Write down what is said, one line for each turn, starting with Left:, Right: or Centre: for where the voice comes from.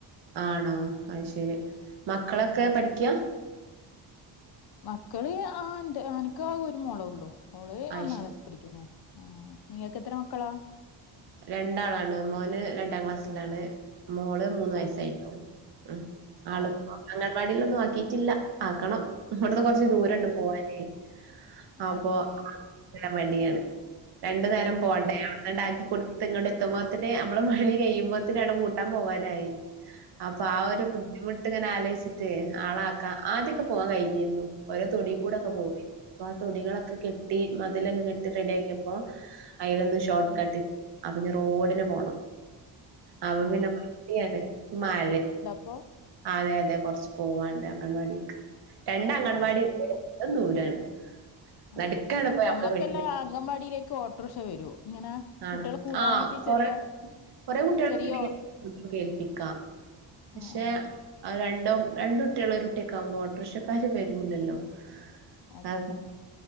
Right: ആണോ അത് ശരി
Left: ഉം
Right: മക്കളൊക്കെ
Left: ഉം.
Right: പഠിക്കാ
Left: മക്കള് ആഹ് ഇണ്ട് അനക്ക് ആകെ ഒരു മോളേ ഉള്ളൂ ഓള്
Right: അത്
Left: ഒന്നാം
Right: ശരി
Left: ക്ലാസിൽ പഠിക്കുന്ന് ആഹ് നിങ്ങൾക്ക് എത്ര മക്കളാ
Right: രണ്ടാളാണ് മോന് രണ്ടാം ക്ലാസ്സിലാണ് മോള് മൂന്ന്
Left: ആ
Right: വയസ്സായിട്ടേ ഉള്ളൂ ഉം ആള്
Left: ഓ
Right: ഇപ്പൊ അംഗൻവാടിയിലൊന്നും ആക്കിയിട്ടില്ല ആക്കണം ഇവിടുന്ന് കൊറച്ച് ദൂരണ്ട്
Left: അങ്ങനെ
Right: പോവാനേ അപ്പൊ
Left: അതെ അതെ
Right: <unintelligible> മടിയാണ് രണ്ടു നേരം
Left: ആ
Right: പോണ്ടേ അവിടന്ന് കൊണ്ടാക്കി കൊടുത്ത് ഇങ്ങോട്ട് എത്തുമ്പോത്തിന് അമ്മളെ പണി കഴിയുമ്പോത്തിന് അവിടെ പൂട്ടാൻ പോവാനായി അപ്പൊ ആ ഒരു ബുദ്ധിമു ട്ട്ങ്ങനെ ആലോചിച്ചിട്ട് ആള ആക്കാൻ ആദ്യൊക്കെ പോവാൻ കഴിഞ്ഞിരുന്നു ഓരോ തൊടി കൂടൊക്കെ
Left: ഓ
Right: പോവേ അപ്പൊ ആ തൊടികളൊക്കെ കെട്ടി മതിലൊക്കെ കെട്ടി റെഡി ആക്കിയപ്പോ അതിലൊന്ന് ഷോർട്ട്
Left: ആ
Right: കട്ട് അപ്പൊ ഇനി റോഡിന് പോണം അപ്പൊ
Left: ഓ
Right: പിന്നെ മടി ആണ് മഴെ
Left: പ്പൊ
Right: ആഹ് അതെ അതെ കുറച്ച് പൂവാണ്ട് അംഗൻവാടിക്ക് രണ്ട് അംഗൻവാടി
Left: ഓ
Right: ഇണ്ട് രണ്ടും ദൂരാണ്
Left: ആ
Right: നടുക്കാണ് പോയി
Left: നമ്മുക്കെല്ലാ
Right: നമ്മള് പെട്ടിട്ട്
Left: അംഗൻവാടിയിലേക്ക് ഓട്ടറിഷ വരു ഇങ്ങനെ
Right: ആണോ
Left: കുട്ടികൾ കൂട്ടാനായിട്ട്
Right: ആഹ് കൊറേ
Left: ചെറിയ
Right: കൊറേ കുട്ടികളെ
Left: ചെറിയ
Right: കേൾപ്പിക്കാം പക്ഷെ
Left: ആഹാ ആഹാ
Right: ആ രണ്ടോ രണ്ട കുട്ടികുള്ള ഒരു കുട്ടിയൊക്കെ ആകുമ്പോ ഓട്ടറിഷക്കാര് വരൂല്ലല്ലോ
Left: അതെ
Right: ആ
Left: അതെ